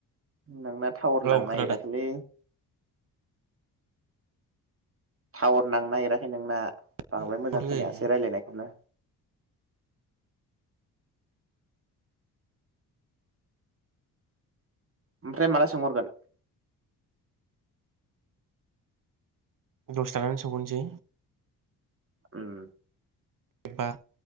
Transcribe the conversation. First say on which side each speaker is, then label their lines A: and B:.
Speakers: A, on the right; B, on the right.
A: नोंना टावार नांनो
B: औ खोनादों
A: नागिराखैलै टावार नांनो नागिराखै नोंना। बांद्राय
B: प्रब्लेम
A: मोजां खोनायासै
B: जायो
A: रायजलायनायखौनो। ओमफ्राय माला सोंहरगोन?
B: दस थानानै सफहरनोसै।
A: उम
B: बा